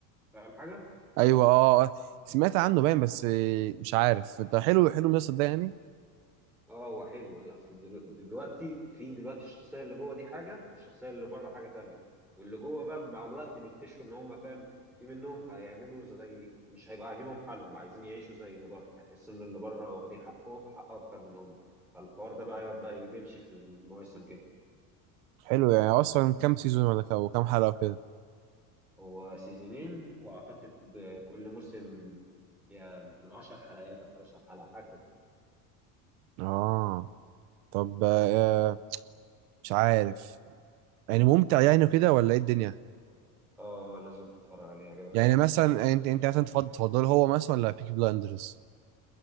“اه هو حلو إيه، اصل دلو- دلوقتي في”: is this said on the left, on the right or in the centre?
Centre